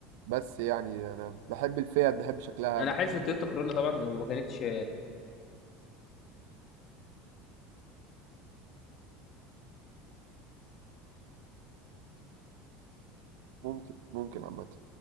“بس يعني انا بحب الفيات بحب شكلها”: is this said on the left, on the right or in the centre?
Right